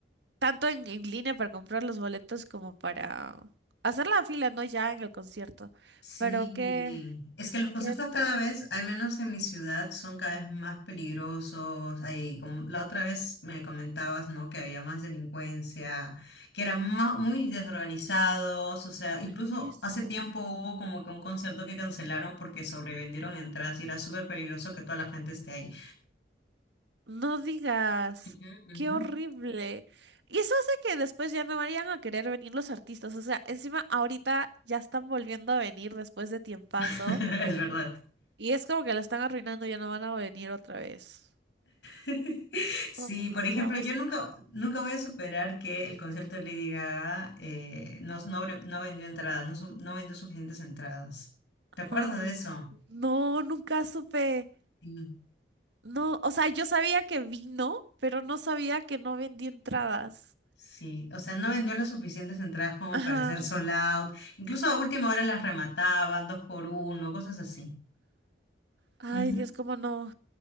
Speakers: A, on the right; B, on the left.
A: tanto en, en línea para comprar los boletos como para hacer la fila, ¿no? Ya en el concierto.
B: Sí,
A: Pero qué,
B: es que los conciertos
A: qué trauma.
B: cada vez, al menos en mi ciudad, son cada vez más peligrosos. Ahí, como la
A: sí.
B: otra vez me comentabas, ¿no? Que había más delincuencia, que eran ma- muy desorganizados. O sea, incluso
A: Eso.
B: hace tiempo hubo como que un concierto que cancelaron porque sobrevendieron entradas y era súper peligroso que toda la gente esté ahí.
A: No digas,
B: Ujú, ujú.
A: qué horrible. Y eso hace que después ya no vayan a querer venir los artistas. O sea, encima ahorita ya están volviendo a venir después de tiempazo.
B: <laughs> Es verdad.
A: Y es como que lo están arruinando, ya no van a venir otra vez.
B: <laughs> Sí,
A: Como que nos
B: por ejemplo,
A: quedamos
B: yo
A: sin
B: nunca,
A: nada.
B: nunca voy a superar que el concierto de Lady Gaga eh, no, no, bre- no vendió entradas, no, su- no vendió suficientes entradas. ¿Te acuerdas
A: No
B: de
A: di.
B: eso?
A: No, nunca supe.
B: Sí.
A: No, o sea, yo sabía que vino, pero no sabía que no vendí entradas.
B: Sí, o sea, no vendió las suficientes entradas como
A: Ajá.
B: para hacer sold out. Incluso a última hora las remataban, dos por uno, cosas así.
A: Ay,
B: Ujú.
A: Dios, cómo no.